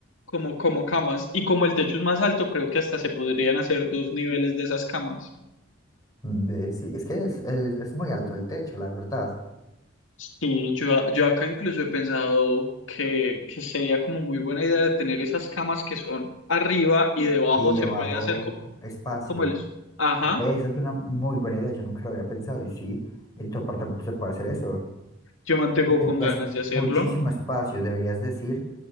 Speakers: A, on the left (about 75°); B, on the left (about 20°).
A: como, como camas. Y como el techo es más alto, creo que hasta se podrían hacer dos niveles de esas camas.
B: ve, sí. Es que es, es es muy alto el techo, la verdad.
A: Sí, yo, yo acá incluso he pensado que, que sería como muy buena idea de tener esas camas que son arriba y debajo
B: y
A: se
B: abajo
A: puede hacer co-
B: espacio.
A: como el... Ajá,
B: Ve, eso es una muy buena idea, yo nunca lo había pensado. Y sí, en tu apartamento se puede hacer eso.
A: yo mantengo
B: Y tendrías
A: con ganas
B: muchísimo
A: de hacerlo.
B: espacio, deberías decir,